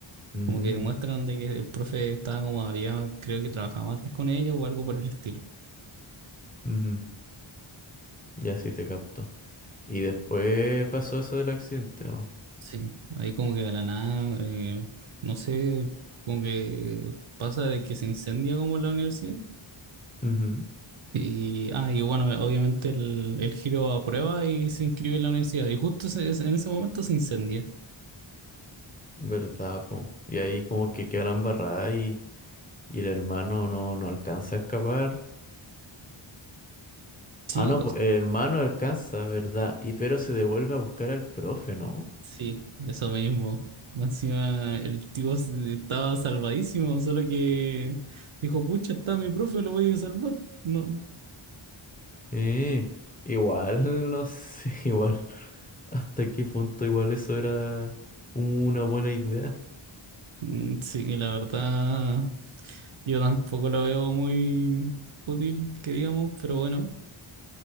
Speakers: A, on the left; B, on the right.
A: Mm,
B: Como que demuestran de que el profe estaba como había, creo que trabajaba antes con ellos o algo por el estilo.
A: ujú. Ya sí te capto. Y después pasó eso del accidente, ¿o?
B: Sí, ahí como que de la nada, eh, no sé, como que pasa de que se incendia como la universidad
A: Ujú.
B: Y, ah, y bueno, obviamente el, el giro aprueba y se inscribe en la universidad. Y justo ese- ese- en ese momento se incendia.
A: ¿Verdad, po? Y ahí como que queda la embarrada y, y el hermano no, no alcanza a escapar.
B: Sí,
A: Ah, no, po,
B: o sea,
A: el hermano alcanza, ¿verdad? Y pero se devuelve a buscar al profe, ¿no?
B: sí, eso mismo. Más Encima el tipo se- estaba salvadísimo, solo que dijo, pucha, está mi profe, lo voy a ir a salvar. No,
A: Eh, igual, <laughs> no sé, igual. ¿Hasta qué punto igual eso era una buena idea?
B: mm, sí, la verdad, yo tampoco lo veo muy útil, que digamos, pero bueno.